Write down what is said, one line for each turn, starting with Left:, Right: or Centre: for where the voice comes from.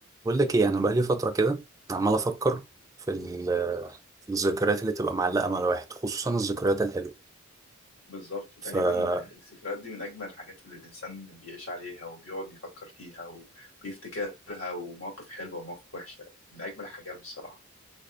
Right: بقول لك ايه انا بقالي فتره كده عمال افكر في ال- في الذكريات اللي تبقى معلقه مع الواحد خصوصا الذكريات الحلوه
Left: بالظبط تقريبا
Right: فبالظبط
Left: الذكريات دي من أجمل الحاجات اللي الإنسان بيعيش عليها وبيقعد يفكر فيها و... ويفتكرها ومواقف حلوة ومواقف وحشة من أجمل الحاجات بصراحة